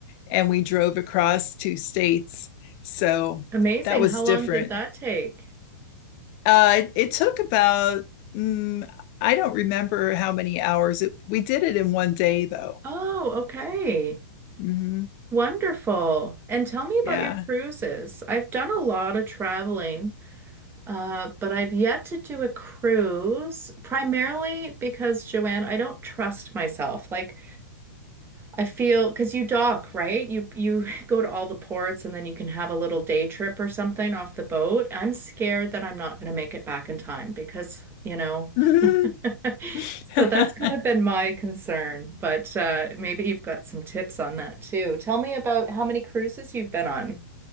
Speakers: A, on the left; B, on the right.
A: and we drove across two states. So
B: Amazing.
A: that was
B: How long
A: different.
B: did that take?
A: Uh, it, it took about, mm, I don't remember how many hours. It, we did it in one day, though.
B: Oh, okay.
A: hmm
B: Wonderful. And tell me about
A: Yeah.
B: your cruises. I've done a lot of traveling, uh, but I've yet to do a cruise, primarily because, Joanne, I don't trust myself. Like I feel because you dock, right? You you <laughs> go to all the ports and then you can have a little day trip or something off the boat. I'm scared that I'm not going to make it back in time because, you know,
A: <laughs>
B: <laughs> So
A: i
B: that's kind of been my concern, but uh, maybe you've got some tips on that too. Tell me about how many cruises you've been on.